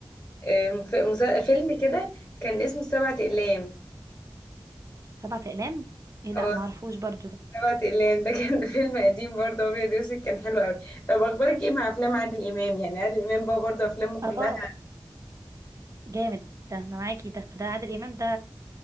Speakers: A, on the left (about 25°); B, on the right (about 40°).
A: آه، ف- مسا- فيلم كده كان اسمه سبعة أقلام
B: سبعة اقلام ايه لا
A: اه
B: ما عرفوش برضو ده
A: سبعة أقلام ده كان <laughs> فيلم قديم برضه أبيض وأسود كان حلو قوي طب أخبارك إيه مع أفلام عادل إمام يعني عادل إمام بقى برضه أفلامه كلها
B: اه جامد ده انا معاكي ده فده عادل امام ده